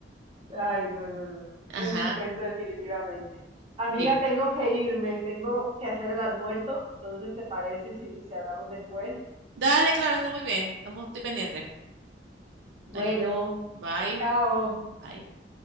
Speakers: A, on the right; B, on the right.
A: Ay, no, no, no, no,
B: Ajá.
A: es un cuento definitivamente. Amiga,
B: Sí.
A: tengo que irme, tengo que hacer el almuerzo, entonces, ¿te parece si, si hablamos después?
B: Dale, claro, está muy bien. Estamos, estoy pendiente.
A: Bueno,
B: Dale, pues. Bye.
A: chao.
B: Bye.